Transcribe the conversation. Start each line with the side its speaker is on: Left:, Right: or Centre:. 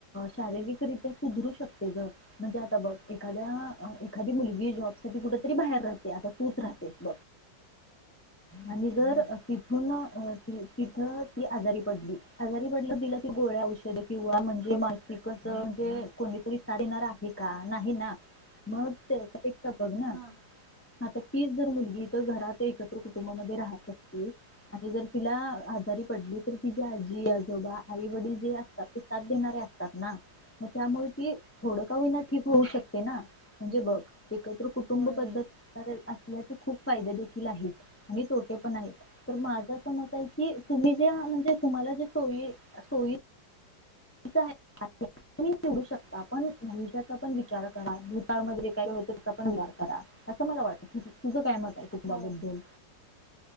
Left: शारीरिकरित्या सुधरू शकत म्हणजे आता बस एखाद्या एखादी मुलगी जॉब साठी कुठ तरी बाहेर राहते आता तूच राहते बस आणि जर तिथून तिथ ती आजारी पडली आजारी पडलं तिला ती गोळ्या औषध किंवा म्हणजे मानसिक म्हणजे कोणी सारणार आहे का नाही ना महचपेता बघ ना
Right: हा
Left: आता तीच जर मुलगी तर घरात एकत्र कुटुंबामध्ये राहत असते आ जर तिला आजारी पडली तर तिझ आजी आजोबा आई वडील जे असतात ते साथ देणारे असतात ना म त्यामुळे कि थोडं का होना ठीक होऊ शकते ना म्हणजे बघ कात कुटुंब
Right: होय
Left: पद्धत
Right: होय
Left: असल्याचे खूप फायदे देखील आहेत आणि तोटे पण आहेत तर माझ अस मत आहे की तुम्ही जे म्हणजे तुम्हाला जे सोयी सोयी तु निवडू शकता पण भनुष्याचा पण विचार करा भूताळमध्येध्येे काय होते त्याचा पण विचार करा असं मला वाटतं तुझ काय मत तर कुटंबाबद्दल
Right: होय.